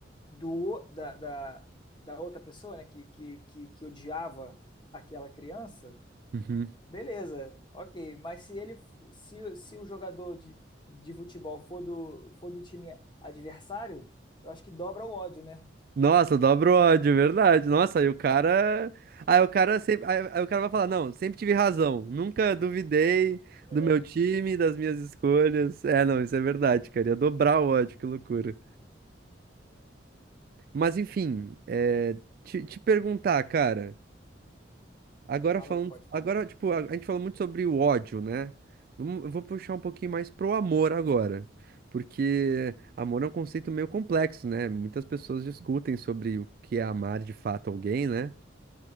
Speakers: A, on the left; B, on the right.
A: do, o- da, da, da outra pessoa, né? Que, que, que, que odiava aquela criança,
B: uhum.
A: beleza, ok. Mas se ele, se, se o jogador de, de futebol for do, for do time adversário, eu acho que dobra o ódio, né?
B: Nossa, dobra o ódio, é verdade. Nossa, aí o cara. Aí o cara sempre. Aí, aí o cara vai falar, não, sempre tive razão. Nunca duvidei
A: É.
B: do meu time, das minhas escolhas. É, não, isso é verdade, cara. Ia dobrar o ódio, que loucura. Mas enfim, é, te, te perguntar, cara. Agora
A: Fala
B: falando.
A: aí, pode falar.
B: Agora, tipo, a, a gente falou muito sobre o ódio, né? Vamos, eu vou puxar um pouquinho mais pro amor agora. Porque amor é um conceito meio complexo, né? Muitas pessoas discutem sobre o que é amar de fato alguém, né?